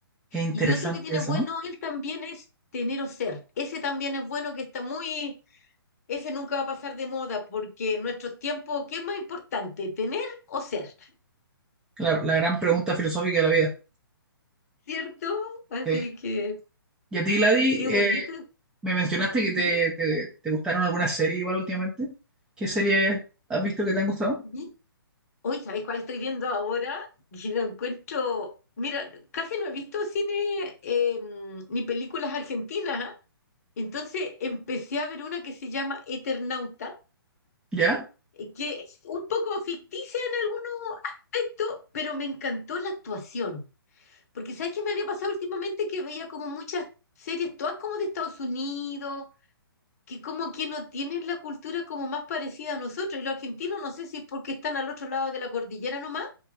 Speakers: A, in the centre; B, on the left.
A: Qué interesante
B: Y otro que tiene
A: eso,
B: bueno
A: ¿no?
B: él también es tener o ser. Ese también es bueno que está muy ese nunca va a pasar de moda porque en nuestros tiempos, ¿qué es más importante, tener o ser?
A: La, la gran pregunta filosófica de la vida.
B: <laughs> ¿Cierto? Así
A: Sí.
B: que,
A: Y a ti, Gladys,
B: qué bonito.
A: eh, me mencionaste que te,
B: Ujú.
A: te- te gustaron algunas series igual últimamente. ¿Qué series has visto que te han gustado?
B: Y- Hoy, ¿sabéis cuál estoy viendo ahora? <laughs> Y lo encuentro, mira, casi no he visto cine eh, ni películas argentinas. ¿ah? Entonces empecé a ver una que se llama Eternauta,
A: ¿Ya?
B: eh, que es un poco ficticia en algunos aspectos, pero me encantó la actuación. Porque ¿sabes qué me había pasado últimamente? Que veía como muchas series, todas como de Estados Unidos, que como que no tienen la cultura como más parecida a nosotros. Y los argentinos, no sé si es porque están al otro lado de la cordillera nomás,